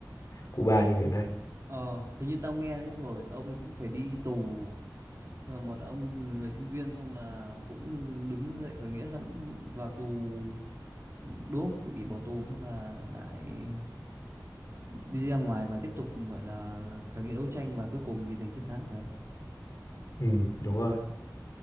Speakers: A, on the left (about 45°); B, on the right (about 40°).
A: Cuba như ngày nay.
B: Ờ, hình như tao nghe đấy rồi, ông này cũng phải đi tù. Là một ông người sinh viên xong là cũng đứng dậy khởi nghĩa xong cũng vào tù. Đúng không? Cũng Bị bỏ tù xong là lại đi ra ngoài và tiếp tục gọi là khởi nghĩa đấu tranh và cuối cùng thì giành chiến thắng phải không?
A: Ừ, đúng rồi.